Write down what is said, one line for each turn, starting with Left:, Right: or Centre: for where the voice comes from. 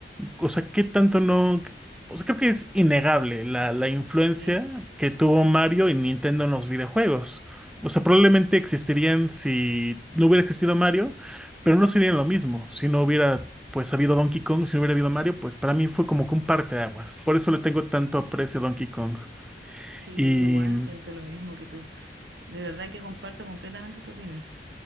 Centre: o sea, qué tanto no. O sea, creo que es innegable la, la influencia
Right: Sí,
Centre: que tuvo Mario y Nintendo en los videojuegos. O sea, probablemente existirían si no hubiera existido Mario, pero no serían lo mismo. Si no hubiera, pues, habido Donkey Kong, si no hubiera habido Mario, pues para mí fue como que un parteaguas. Por eso le tengo tanto aprecio a Donkey Kong.
Right: sí,
Centre: Y.
Right: yo igual siento lo mismo que tú. De verdad que comparto completamente tu opinión.